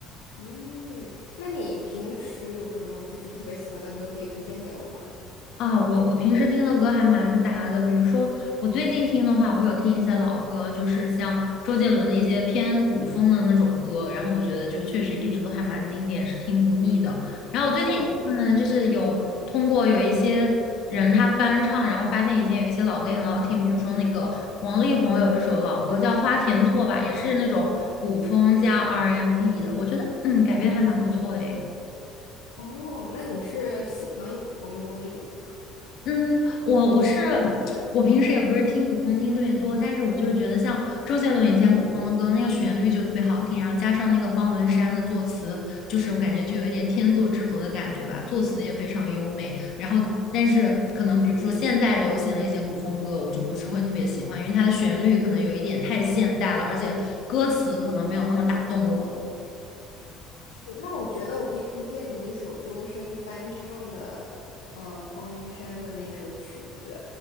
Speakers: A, on the left (about 75°); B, on the left (about 55°).
A: 嗯，那你平时有什么就是特别喜欢的歌可以推荐给我吗？
B: 啊，我我平时听的歌还蛮杂的，比如说我最近听的话，我有听一些老歌，就是像周杰伦的一些偏古风的那种歌，然后我觉得就确实一直都还蛮经典，是听不腻的。然后我最近听的呢，
A: 嗯，
B: 就是有通过有一些人他翻唱，然后发现以前有一些老歌也很好听，比如说那个王力宏有一首老歌叫《花田错》吧，也是那种古风加 R&B n 的，我觉得嗯改编得还蛮不错的诶。
A: 哦，那你是喜欢古风多一点吗？
B: 嗯，我我是我平时也不是听古风听特别多，但是我就是觉得像周杰伦以前古风的歌，那个旋律就特别好听，然后加上那个方文山的作词，就是我感觉就有一点天作之合的感觉吧，作词也非常优美。然后，但是可能比如说现在流行的一些古风歌，我就不是会特别喜欢，因为它的旋律可能有一点太现代了，而且歌词可能没有那么打动我
A: 嗯那我觉得我可以推荐你一首周深翻唱的，呃，方文山的那首曲子，